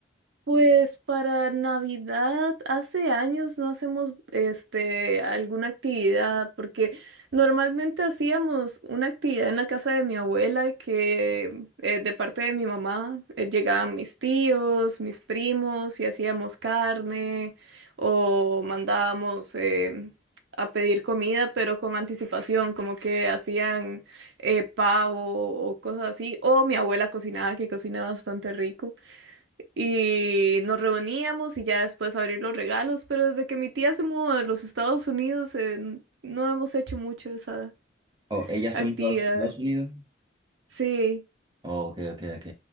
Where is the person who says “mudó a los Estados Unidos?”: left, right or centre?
Right